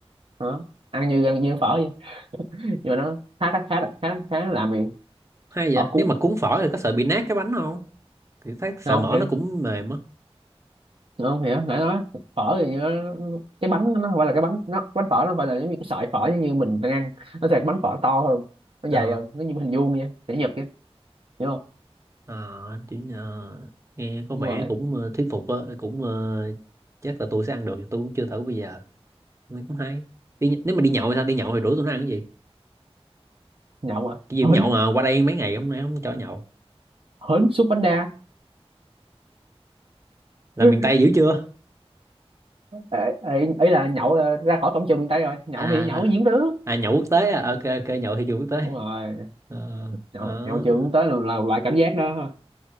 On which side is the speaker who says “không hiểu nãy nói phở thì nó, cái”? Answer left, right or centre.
Right